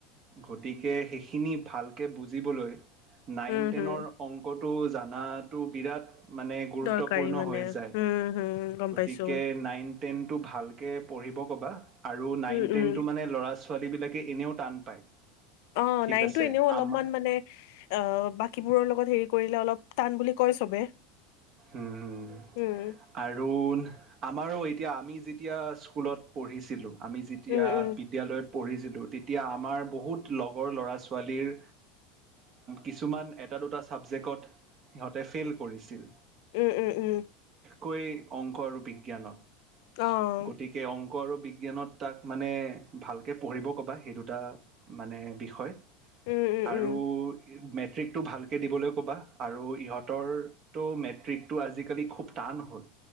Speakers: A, on the right; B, on the left.
A: গতিকে সেইখিনি ভালকে বুজিবলৈ। নাইন
B: উম,
A: টেনৰ
B: হুম,
A: অংকত। তো জানাটো বিৰাট মানে গুৰুত্বপূৰ্ণ
B: দৰকাৰী মানে,
A: হৈ যায়
B: উম, হুম, গম
A: ।গতিকে
B: পাইছোঁ,
A: নাইন। টেনটো ভালকে পঢ়িব ক'বা। আৰু নাইন
B: উম, উম,
A: টেনটো মানে ল'ৰা ছোৱালীবিলাকে এনেও টান পায়
B: অ',
A: ঠিক
B: নাইনটো
A: আছে
B: এনেও অলপমান
A: আমাৰ।
B: মানে অ বাকীবোৰৰ লগত হেৰি কৰিলে অলপ টান বুলি কয় চবে।
A: উম
B: উম,
A: আৰু আমাৰো এই। তেতিয়া আমি যেতিয়া স্কুলত পঢ়িছিলোঁ আমি যেতিয়া
B: উম, উম,
A: বিদ্যালয়ত। পঢ়িছিলোঁ তেতিয়া আমাৰ বহুত লগৰ ল'ৰা ছোৱালীৰ কিছুমান এটা দুটা ছাবজেক্টত সিহঁতে ফেইল কৰিছিল।
B: উম উম উম
A: কৈ অংক আৰু বিজ্ঞানত।
B: অ',
A: গতিকে অংক আৰু বিজ্ঞান বিজ্ঞানত তাক মানে ভালকৈ পঢ়িব ক'বা সেই দুটা মানে বিষয় ।
B: উম, উম,
A: আৰু
B: উম,
A: মে মেট্ৰিকটো ভালকৈ দিবলৈ ক'বা আৰু ইহঁতৰতো মে ট্ৰিকটো আজিকালি খুব টান হ'ল।